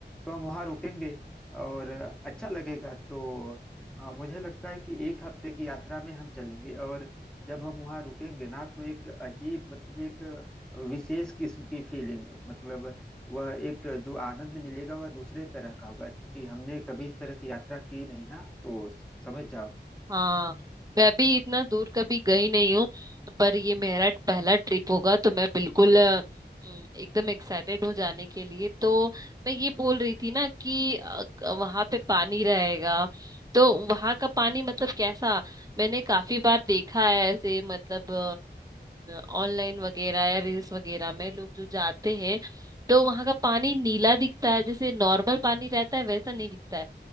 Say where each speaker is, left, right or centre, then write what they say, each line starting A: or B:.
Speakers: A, in the centre; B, on the right.
A: तो हम वहाँ रुकेंगे और अच्छा लगेगा तो अ, मुझे लगता है कि एक हफ्ते की यात्रा में हम चलेंगे और जब हम वहां रुकेंगे ना तो एक अजीब मतलब एक विशेष किस्म की फीलिंग मतलब वह एक जो आनंद मिलेगा वह दूसरे तरह का होगा क्योंकि हमने कभी इस तरह की यात्रा की नहीं ना तो समझ जाओ
B: हाँ मैं भी इतना दूर कभी गई नहीं हूँ पर ये मेरा पहला ट्रिप होगा तो मैं बिल्कुल अ, उम, एकदम एक्साइटेड हूँ जाने के लिए तो मैं ये बोल रही थी ना कि वहां पे पानी रहेगा तो वहां का पानी मतलब कैसा मैंने काफी बार देखा है ऐसे मतलब ऑनलाइन वगैरह या रील्स वगैरह में लोग जो जाते हैं तो वहां का पानी नीला दिखता है जैसे नॉर्मल पानी रहता है वैसा नहीं दिखता है